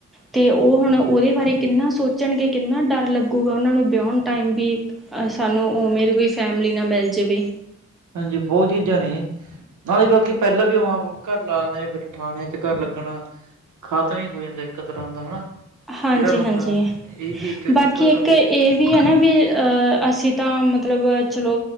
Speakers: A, in the centre; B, on the right (about 75°).
A: ਤੇ ਉਹ ਹੁਣ ਉਹਦੇ ਬਾਰੇ ਕਿੰਨਾ ਸੋਚਣਗੇ ਕਿੰਨਾ ਡਰ ਲੱਗੂਗਾ ਉਹਨਾਂ ਨੂੰ ਵਿਆਹੁਣ ਟਾਈਮ ਵੀ। ਅ ਸਾਨੂੰ ਉਵੇਂ ਦੀ ਕੋਈ ਫੈਮਿਲੀ ਨਾ ਮਿਲ ਜਾਵੇ।
B: ਹਾਂਜੀ ਬਹੁਤ ਚੀਜ਼ਾਂ ਨੇ ਹਾਂਜੀ ਬਾਕੀ ਪਹਿਲਾਂ ਵੀ ਘਰ ਲਾਉਂਦੇ ਨੇ ਫਿਰ ਠਾਣੇ ਚ ਘਰ ਲੱਗਣਾ ਖਤਮ ਹੀ ਹੋ ਜਾਂਦਾ ਇੱਕ ਤਰ੍ਹਾਂ ਦਾ ਹਨਾ।
A: ਹਾਂਜੀ,
B: ਜਿਹੜਾ ਬੰਦਾ
A: ਹਾਂਜੀ
B: ਇਹ ਚੀਜ਼ ਚੋਂ
A: ਬਾਕੀ
B: ਨਿਕਲਦਾ
A: ਇੱਕ
B: ਅੱਜ
A: ਇਹ ਵੀ ਹੈ ਨਾ ਵੀ ਅਹ ਅਸੀਂ ਤਾਂ ਮਤਲਬ ਚਲੋ